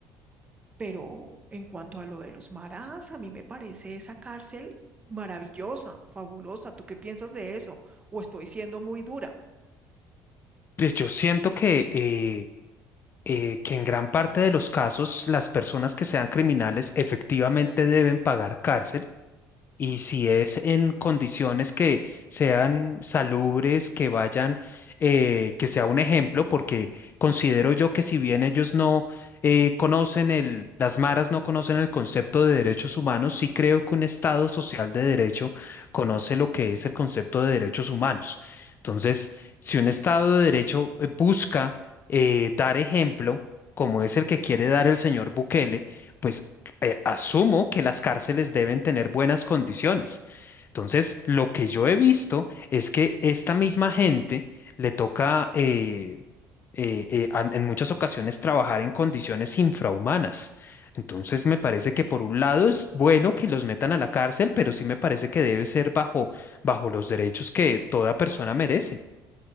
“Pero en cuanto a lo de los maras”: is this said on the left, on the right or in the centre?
Right